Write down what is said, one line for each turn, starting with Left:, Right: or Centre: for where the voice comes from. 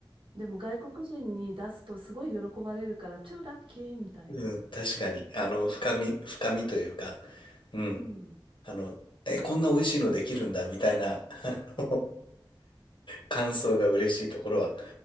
Right: でも外国人に出すとすごい喜ばれるから超ラッキーみたいな。
Left: うん。確かに。あの、深み、深みというか、うん。
Right: うん。
Left: あの、え、こんな美味しいのできるんだ、みたいな、あの、感想が嬉しいところは